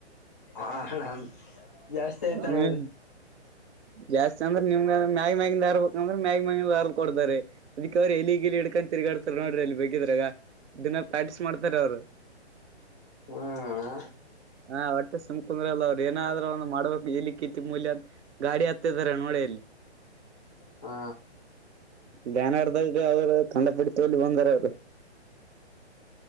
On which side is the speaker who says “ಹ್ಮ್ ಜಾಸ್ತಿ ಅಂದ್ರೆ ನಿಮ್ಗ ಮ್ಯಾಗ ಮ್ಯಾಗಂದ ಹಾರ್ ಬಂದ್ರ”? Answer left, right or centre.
Right